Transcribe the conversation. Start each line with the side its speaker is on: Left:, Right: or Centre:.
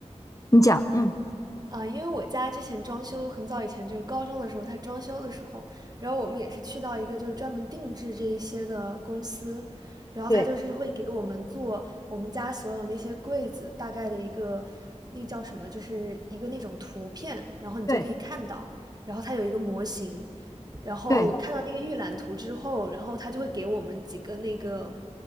Left: 你讲，嗯，
Right: 啊，呃因为我家之前装修很早以前，就是高中的时候，他装修的时候，然后我们也是去到一个就是专门定制这一些的公司，然后他就是会给我们做我们家所有那些柜子大概的一个，
Left: 对
Right: 那叫什么，就是一个那种图片，然后你就可以看到，
Left: 对
Right: 然后它有一个模型，然后看到那个预览图之后，
Left: 对，
Right: 然后他就会给我们几个那个